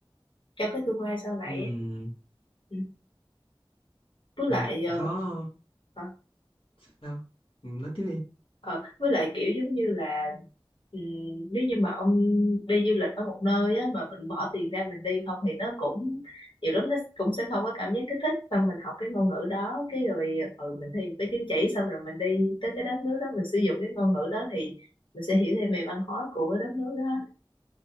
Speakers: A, on the left (about 65°); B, on the left (about 80°).
A: cho cái tương lai sau này
B: ừ
A: ấy. Ừ. với lại
B: bà
A: ờ,
B: có
A: hả?
B: sao Ừ, nói tiếp đi
A: Ờ, với lại kiểu giống như là ừm, nếu như mà ông đi du lịch ở một nơi á, mà mình bỏ tiền ra mình đi không thì nó cũng nhiều lúc nó cũng sẽ không có cảm giác kích thích xong mình học cái ngôn ngữ đó cái rồi ừ, mình thi một cái chứng chỉ xong rồi mình đi tới cái đất nước đó mình sử dụng cái ngôn ngữ đó thì mình sẽ hiểu thêm về văn hóa của đất nước đó